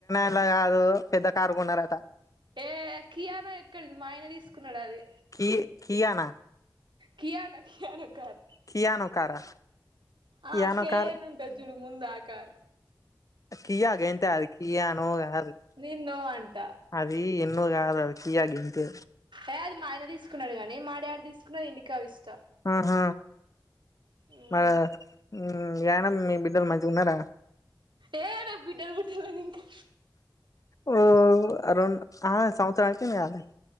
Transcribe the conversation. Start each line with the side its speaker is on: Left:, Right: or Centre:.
Left: అట్లా కాదు పెద్ద కార్ కొన్నారట
Right: ఏ కియానో ఎక్కడిది మా ఆయన తీసుకున్నాడు అది
Left: కి కియానా
Right: కియాన కీయనా కర్
Left: కియానో కారా కియానో
Right: ఆ కేేయన్
Left: కార్
Right: ఉంటు జుడు ముందు ఆ కర్
Left: కియా గంతే అది కియానో కాదు
Right: నీను నో అంట
Left: అది ఎన్నో కాదు అది కియా గంతే
Right: ఏ అది మా ఆయన తీసుకున్నాడు కాని మా డాడీ తీసుకున్నాది ఇండి క విస్ట
Left: అహ హ
Right: మ్మ్
Left: మ మ్ యన మీ బిడ్డల్ మ గున్నర
Right: ఏ నాక్ బిడ్డర్బట్టలంకా
Left: ఓ రెం ఆ సంవత్సరం అయిపోఇంది గ ఆల్రెడ్